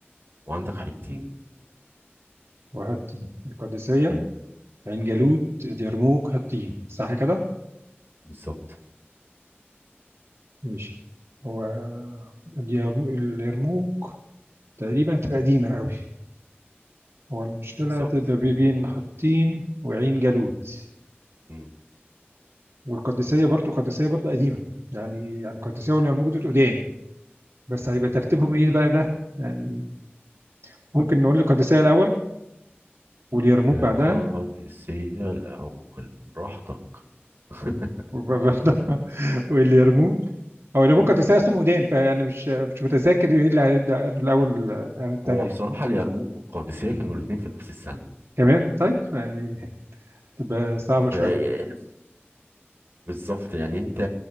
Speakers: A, on the right; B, on the right.
A: وعندك حطين
B: وهاتين القادسية
A: مم،
B: عين جالوت اليرموك هاتين صح كده؟
A: بالظبط
B: ماشي هو اليرم- اليرموك تقريبا هتبقى قديمة قوي هو المشكلة
A: بالظبط
B: هتبقى بي- بين حطين وعين جالوت
A: مم.
B: والقادسية برضو القادسية برضو قديمة يعني يعني القادسية واليرموك دول قدام بس هيبقى ترتيبهم ايه بقى ده يعني ممكن نقول القادسية الأول واليرموك
A: القادسية
B: بعدها
A: الأول براحتك <laughs>
B: وبرضه <laughs> واليرموك هو اليرموك القادسية اسمه قدام فيعني مش مش متذكر ايه اللي هيبدأ أنه الأول عن التانية
A: هو بصراحة اليرموك والقادسية كانوا الاتنين في نفس السنة
B: كمان طيب يعني تبقى صعبة
A: ف
B: شوية
A: بالظبط يعني انت